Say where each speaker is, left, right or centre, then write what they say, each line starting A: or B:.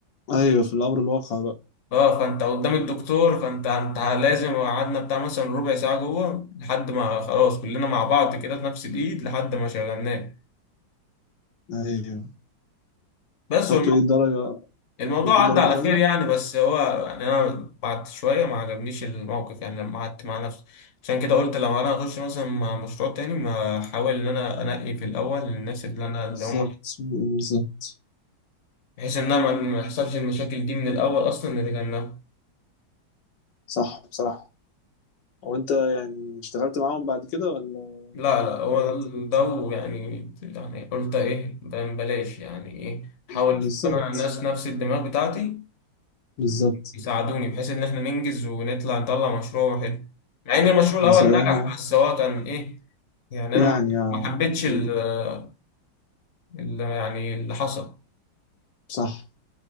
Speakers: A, on the left; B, on the left.
A: ايوه في الامر الواقع بقى
B: اه فانت قدام الدكتور فانت انت لازم قعدنا بتاع مثلا ربع ساعه جوه لحد ما خلاص كلنا مع بعض كده في نفس الايد لحد ما شغلناه
A: ايوه
B: بس
A: خدتوا ايه الدرجه
B: الموضوع
A: خدتوا الدرجه
B: عدى على
A: كامله
B: خير يعني بس هو يعني انا بعد شويه ما عجبنيش الموقف يعني لما قعدت مع نفسي عشان كده قلت لو انا هخش مثلا مع مشروع تاني ما احاول ان انا انقي في الاول الناس اللي انا اللي
A: بالظبط
B: هم
A: بالظبط
B: بحيث ان انا ما ما يحصلش المشاكل دي من الاول اصلا نتجنبها
A: صح بصراحه هو انت يعني اشتغلت معاهم بعد كده ولا
B: لا لا هو
A: قررت
B: ده
A: ان انت
B: ده ويعني يعني قلت ايه ب- بلاش يعني ايه احاول
A: مم،
B: اشوف
A: بالظبط
B: انا الناس نفس الدماغ بتاعتي
A: بالظبط
B: ويساعدوني بحيث ان احنا ننجز ونطلع نطلع مشروع حلو مع ان المشروع الاول
A: بصراحه
B: نجح بس هو كان ايه يعني
A: يعني
B: انا ما
A: آه،
B: ما حبيتش
A: مم،
B: ال- ال- يعني اللي حصل
A: صح